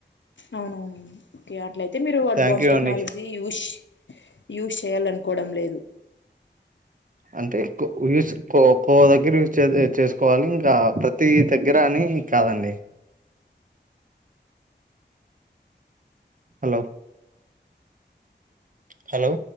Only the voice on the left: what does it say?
అవునవును ఒకే అట్లయితే మీరు అడ్వాన్స్
టెక్నాలజీ
యూష్ యూస్ చేయాలనుకోడం లేదు